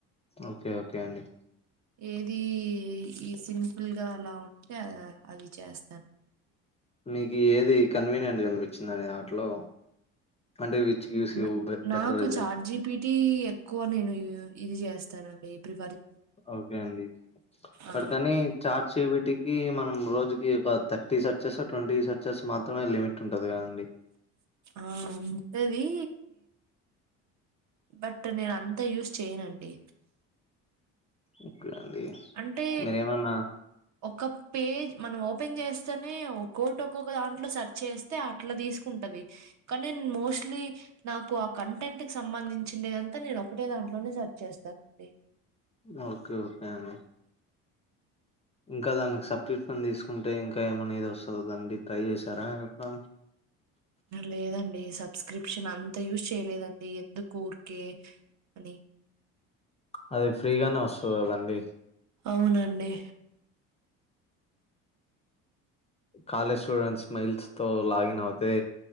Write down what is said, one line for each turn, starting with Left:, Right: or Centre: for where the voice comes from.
Left: ఓకే ఓకే అండి
Right: ఏది ఈ సింపుల్ గా అలా ఉంటే అది చేస్తాన్
Left: మీకు ఏది కన్వీనియంట్గా అనిపించిందని వాటిలో అంటే గివ్స్
Right: న
Left: యూ బె
Right: నాకు
Left: బెటర్ రిజల్ట్
Right: చార్జిపిటి ఎక్కువ నేను ఇది చేస్తానండి ప్రి
Left: ఓకే అండి బట్
Right: ఆ!
Left: కాని చాట్ జి పి టీ ఈ మనం రోజుకి ఒక థర్టీ సర్చెస్ ట్వంటీ సర్చెస్ మాత్రమే లిమిట్ ఉంటది కదండి.
Right: ఆ ఉంటది బట్ నేను అంతా యూజ్ చేయనండి
Left: ఓకే అండి.
Right: అంటే
Left: మీరేమన్నా
Right: ఒక పేజ్ మనం ఓప ఓపెన్ చేస్తేనే ఒక్కోటి ఒక్కొక్క దాంట్లో సర్చ్ చేస్తే అట్లా తీసుకుంటది కనీన్ మోస్ట్లీ నాకు ఆ కంటెంట్ కి సంబంధించిేదంతా నేను ఒకటే దాంట్లోనే సెర్చ్ చేస్తానండి
Left: ఓకే ఓకే అండి ఇంకా దానికి సబ్స్కప్షన్ తీసుకుంటే ఇంకా ఏమనేది వస్తుంద దండి ట్రై చేశారా చె
Right: లేదండి సబ్స్క్రిప్షన్ అంత యూజ్ చేయలేదండి ఎందుకూ ఊరికే అండి
Left: అదే ఫ్రీగానే వస్తది కదండి
Right: అవునండి
Left: కాలేజ్ స్టూడెంట్స్ మెయిల్స్ తో లాగిన్ అవుతే